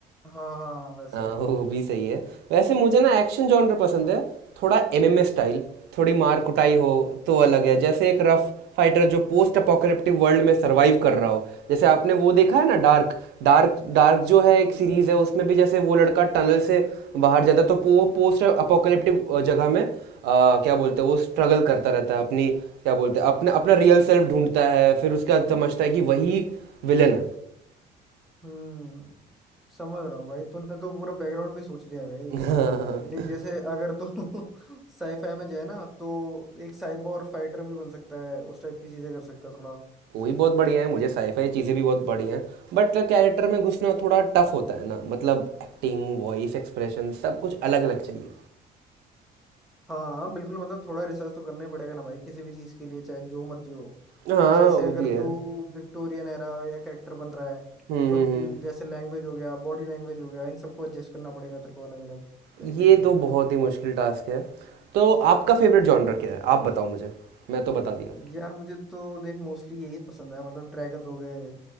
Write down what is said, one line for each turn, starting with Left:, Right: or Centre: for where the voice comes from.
Centre: हाँ हाँ वैसा
Right: हाँ वो भी सही है वैसे मुझे ना एक्शन जॉनर पसंद है थोड़ा एमएमए स्टाइल थोड़ी मार कुटाई हो तो अलग है जैसे एक रफ फाइटर जो पोस्ट अपोकैलिप्टिक वर्ल्ड में सरवाइव कर रहा हो जैसे आपने वो देखा है ना डार्क डार्क डार्क जो
Centre: हम्म
Right: है एक सीरीज है उसमें भी जैसे वो लड़का टनल से बाहर जाता है तो पो- वो पोस्ट अपोकैलिप्टिक जगह में आ, क्या बोलते हैं वो स्ट्रगल करता रहता है अपनी क्या बोलते हैं अपने अपना रियल सेल्फ ढूंढता है फिर उसके बाद समझता है कि वही विलन
Centre: हम्म समझ रहा हूँ भाई तूने तो पूरा बैकग्राउंड भी सोच लिया है भाई
Right: है
Centre: देख
Right: <laughs>
Centre: जैसे अगर तो <laughs> साईफाई में जाए ना तो एक साइबोर फाइटर भी बन सकता है उस टाइप की चीजें कर सकता है थोड़ा
Right: वो भी बहुत बढ़िया है मुझे साईफाई चीज़ें भी बहुत बढ़िया हैं बट कैरेक्टर में घुसना थोड़ा टफ होता है ना मतलब एक्टिंग वॉइस एक्सप्रेशन सब कुछ अलग अलग चाहिए
Centre: हाँ बिल्कुल मतलब थोड़ा रिसर्च तो करना ही पड़ेगा ना भाई किसी भी चीज़ के लिए चाहे जो मर्जी हो
Right: हाँ
Centre: तो जैसे
Right: वो
Centre: अगर
Right: भी है
Centre: तू
Right: हम्म
Centre: विक्टोरियन एरा या कैरेक्टर बन रहा है
Right: हम्म,
Centre: तो ड- जैसे लैंग्वेज हो गया बॉडी लैंग्वेज हो गया इन सबको एडजस्ट करना पड़ेगा तेरे को अलग अलग तरीके
Right: हम्म। ये
Centre: से
Right: तो बहुत ही मुश्किल टास्क है तो आपका फेवरेट जॉनर
Centre: हम्म,
Right: क्या है आप बताओ मुझे मैं तो बता दिया
Centre: यार मुझे तो देख मोस्टली यही पसंद है मतलब ड्रैगन्स हो गए